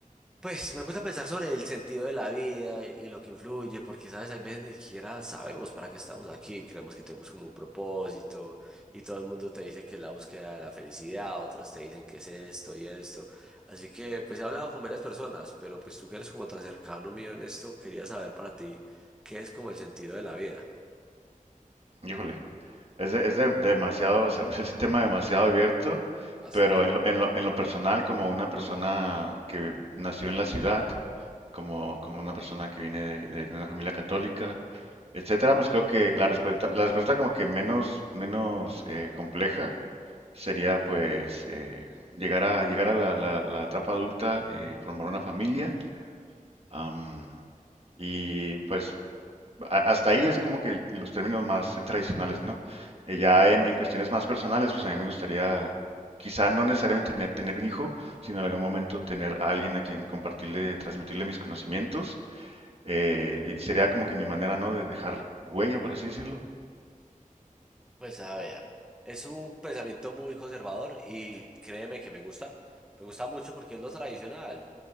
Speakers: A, in the centre; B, on the right (about 45°).
A: pues me puse a pensar sobre el sentido de la vida y, y lo que influye, porque sabes, hay veces ni siquiera sabemos para qué estamos aquí, creemos que tenemos como un propósito y todo el mundo te dice que es la búsqueda de la felicidad, otras te dicen que es esto y esto. Así que pues he hablado con varias personas, pero pues tú que eres como tan cercano mío en esto, quería saber para ti qué es como el sentido de la vida.
B: Híjole. Es, de- es de- demasiado, o sea, <laughs> es un tema demasiado abierto,
A: Bastante.
B: pero en lo, en lo- en lo personal, como una persona que nació en la ciudad, como, como una persona que viene de, de una familia católica, etcétera, pues creo que la respuesta, la respuesta como que menos, menos eh, compleja sería pues eh, llegar a, llegar a la, la- la etapa adulta y formar una familia. Am, y pues a- hasta ahí es como que los términos más eh, tradicionales, ¿no? Eh, ya en, en cuestiones más personales, pues a mí me gustaría, quizá no necesariamente tener, tener un hijo, sino en algún momento tener a alguien a quien compartirle, transmitirle mis conocimientos. Eh, y sería como que mi manera, ¿no? De dejar huella, por así decirlo.
A: Pues a ver, es un pensamiento muy conservador y créeme que me gusta, me gusta mucho porque es lo tradicional